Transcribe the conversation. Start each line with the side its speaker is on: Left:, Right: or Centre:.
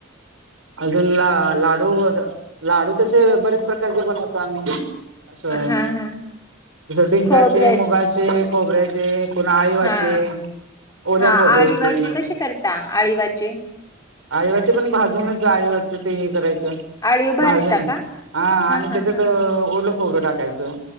Right: अजून ला लाडू लाडू तसे बरेच प्रकारचे बनवतो आम्ही. असं
Left: हा हा
Right: डिंकाचे
Left: खोबऱ्याचे
Right: मुगाचे खोबऱ्याचे पुन्हा आळीवाचे
Left: हा
Right: ओल्या
Left: हा
Right: खोबऱ्याचे
Left: आळीवाचे कसे करता आळीवाचे
Right: आळीवाचे पण भाज जून आळीवाच ते हे करायचं,
Left: आळीव भाजता
Right: भाजून
Left: का
Right: हा आणि
Left: हा
Right: त्याच्यात
Left: हा
Right: ओल खोबर खोबरं टाकायचं